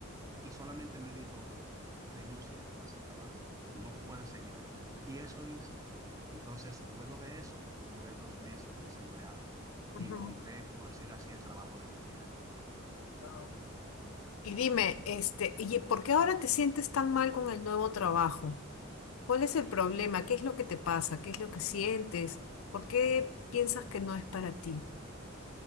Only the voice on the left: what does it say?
ujú.
Wow. Y dime, este, ¿y por qué ahora te sientes tan mal con el nuevo trabajo? ¿Cuál es el problema? ¿Qué es lo que te pasa? ¿Qué es lo que sientes? ¿Por qué piensas que no es para ti?